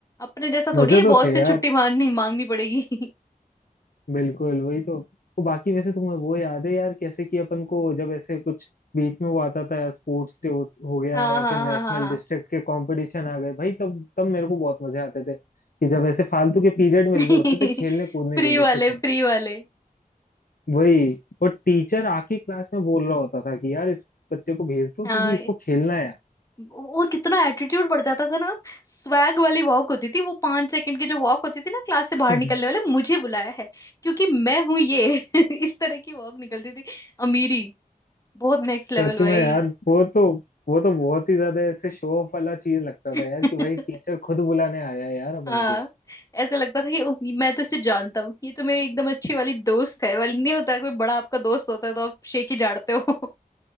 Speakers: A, on the left; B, on the left.
A: अपने जैसा
B: मजे
A: थोड़ी है
B: तो
A: बॉस
B: थे
A: से
B: यार
A: छुट्टी मांगनी मांगनी पड़ेगी
B: बिल्कुल वही तो वो बाकी वैसे तुम्हें वो याद है यार कैसे कि अपन को जब ऐसे कुछ बीच में वो आता था यार स्पोर्ट्स डे हो, हो
A: <laughs>
B: गया
A: हाँ
B: या
A: हाँ
B: फिर नेशनल
A: हाँ हाँ हाँ
B: डिस्ट्रिक्ट के कंपटीशन आ गए भाई तब तब मेरे को बहुत मजे आते थे कि जब ऐसे फालतू के पीरियड मिल
A: <laughs>
B: रहे होते थे खेलने कूदने
A: फ्री
B: के लिए
A: वाले
B: सच में
A: फ्री वाले
B: वही और टीचर आके क्लास में बोल रहा होता था कि यार इस बच्चे को भेज दो
A: हाँ
B: क्योंकि इसको खेलना है
A: और कितना एटीट्यूड बढ़ जाता था ना स्वैग वाली वॉक होती थी वो पांच सेकंड की जो वॉक होती थी ना क्लास से बाहर
B: यार।
A: निकलने वाले मुझे बुलाया है क्योंकि मैं हूं ये <laughs> इस तरह की वॉक निकलती थी अमीरी बहुत नेक्स्ट
B: <laughs>
A: लेवल
B: सच
A: भाई
B: में यार वो तो वो तो बहुत ही ज्यादा ऐसे शो ऑफ वाला चीज लगता था
A: <laughs>
B: यार कि भाई टीचर खुद बुलाने आया है यार अपन
A: हाँ
B: को
A: ऐसे लगता था कि "उफ, मैं तो इसे जानता हूँ ये तो मेरी एकदम अच्छी वाली दोस्त है वाली नहीं होता कोई बड़ा आपका दोस्त होता है तो आप शेख ही झाड़ते हो <laughs>